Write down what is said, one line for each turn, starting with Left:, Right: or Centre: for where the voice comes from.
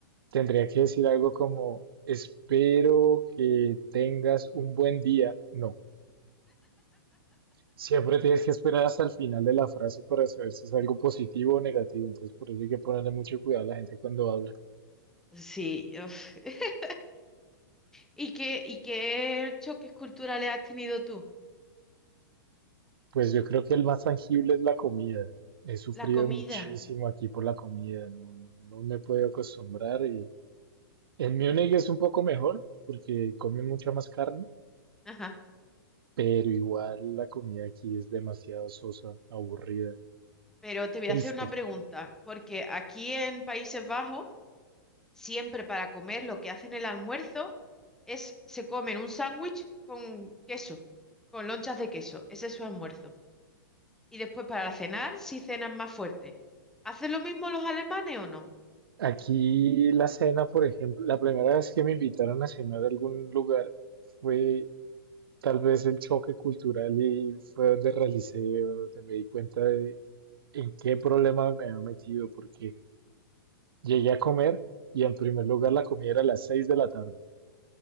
Right: tendría que decir algo como espero que tengas un buen día. No. Siempre tienes que esperar hasta el final de la frase para saber si es algo positivo o negativo, entonces por eso hay que ponerle mucho cuidado a la gente cuando habla.
Centre: sí. uf. <laughs> ¿Y qué, y qué choques culturales has tenido tú?
Right: Pues yo creo que el más tangible es la comida. He sufrido
Centre: La comida.
Right: muchísimo aquí por la comida, no, no- no me he podido acostumbrar y en Múnich es un poco mejor porque comen mucha más carne,
Centre: Ajá,
Right: pero igual la comida aquí es demasiado sosa, aburrida,
Centre: pero te voy
Right: triste.
Centre: a hacer una pregunta, porque aquí en Países Bajos, siempre para comer lo que hacen el almuerzo es, se comen un sándwich con queso, con lonchas de queso, ese es su almuerzo. Y después para cenar, si cenan más fuerte. ¿Hacen lo mismo los alemanes o no?
Right: Aquí la cena, por ejemplo, la primera vez que me invitaron a cenar a algún lugar fue Tal vez el choque cultural y fue donde realicé, donde me di cuenta de en qué problema me había metido, porque llegué a comer y en primer lugar la comida era a las 6 de la tarde,